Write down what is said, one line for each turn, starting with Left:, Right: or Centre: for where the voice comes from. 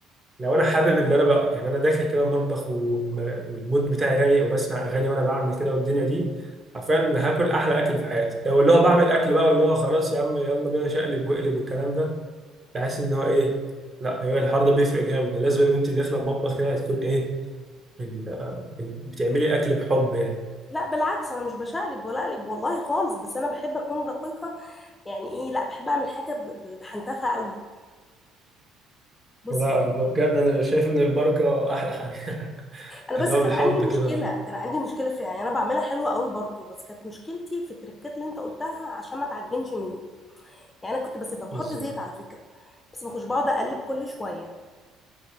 Right: لو انا حابب اللي انا بقى يعني انا داخل كده المطبخ وم- والمود بتاعي رايق وبسمع اغاني وانا بعمل كده والدنيا دي عارفين هاكل احلى اكل في حياتي لو اللي هو بعمل اكل بقى واللي هو خلاص يا عم يلا بينا شقلب واقلب والكلام ده بحس ان هو ايه لا هو الحوار ده بيفرق جامد لازم وانت داخله المطبخ كده هتكون ايه ال- ال- بتعملي اكل بحب يعني
Left: لا بالعكس انا مش بشقلب ولا اقلب والله خالص بس انا بحب اكون دقيقه يعني ايه لا بحب اعمل حاجه ب- ب- بحنتفها قوي بصي
Right: ولا انا بجد انا شايف ان البركه احلى حاجه <laughs>
Left: انا بس
Right: اللي هو
Left: كان
Right: بالحب
Left: عندي مشكله
Right: كده
Left: كان عندي مشكله فيها يعني انا بعملها حلوه قوي برضو بس كانت مشكلتي في التركات اللي انت قلتها عشان ما تعجنش مني يعني انا كنت بس بحط
Right: بالظبط
Left: زيت على فكره بس ما كنتش بقعد اقلب كل شويه